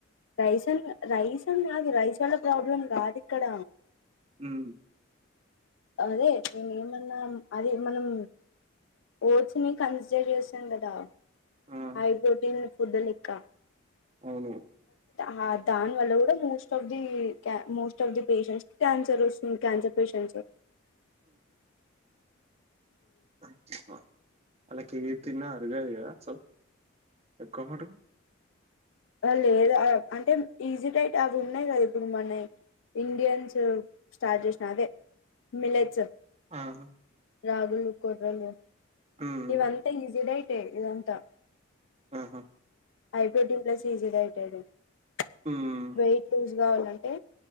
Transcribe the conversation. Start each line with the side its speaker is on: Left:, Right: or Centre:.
Left: రైసన్ క రైసం కాదు రైస్ వాళ్ల ప్రాబ్లం కాదు ఇక్కడ.
Right: ఉమ్
Left: అదే చ్ నేమన్నా అదే మనం ఓచ్చ ని కన్స్ జరియసన్ గదా
Right: ఆ
Left: హై ప్రోటీన్ కుద్దలిక్క
Right: అవును
Left: హ దాని వల్ల కూడా మోస్ట్ ఆఫ్ ది కె most of the patients cancer వస్తుంది. క్యాన్సర్ పేషెంట్స్
Right: అంజప్ప అలా కివి తిన్నా అర్గదు కదా స్వల్ ఎక్కబోటు
Left: లేదు అంటే ఈజీ టైట్ అవి ఉన్నాయి కదా ఇప్పుడు. మొన్న ఇండియన్స్ స్టార్ట్ చేసిన అదే మిలెట్స్
Right: ఆహ
Left: రాగులు, కొర్రలు
Right: ఉమ్
Left: ఇవంతా ఈజీనే తే ఇదంతా
Right: ఆహా
Left: ఐ ప్రోటీన్ ప్లస్ ఈజీడైటేడే చ్
Right: హ్మ్
Left: వెయిటీజ్ కావాలంటే